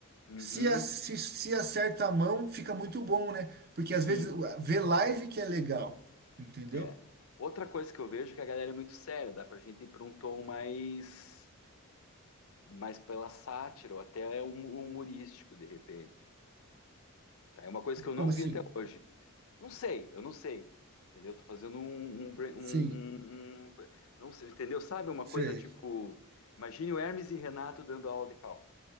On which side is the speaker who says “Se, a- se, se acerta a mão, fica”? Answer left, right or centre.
Right